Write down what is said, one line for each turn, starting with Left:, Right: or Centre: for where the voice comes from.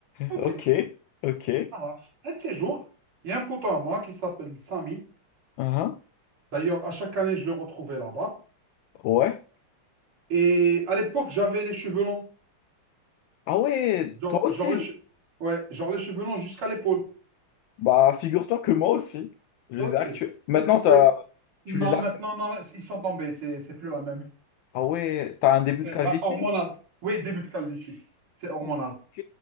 Right: OK.
Left: Ok, ok. Hein,
Right: Ça marche. Un de ces jours, il y a un poteau à moi qui s'appelle Samy.
Left: hein.
Right: D'ailleurs, à chaque année, je le retrouvais là-bas.
Left: ouais.
Right: Et à l'époque, j'avais les cheveux longs.
Left: Ah ouais,
Right: Genre,
Left: toi aussi.
Right: genre les che- ouais, genre les cheveux longs jusqu'à l'épaule.
Left: Bah, figure-toi que moi aussi. Je
Right: Ok.
Left: les ai actués. Maintenant,
Right: C'est- c'est-
Left: t'as...
Right: oui. Non,
Left: tu les as.
Right: maintenant, non, ils sont tombés. C'est c'est plus la même.
Left: Ah ouais, t'as un début
Right: Eh
Left: de calvitie?
Right: ben, hormonal. Oui, début de calvitie. C'est hormonal.
Left: Ok,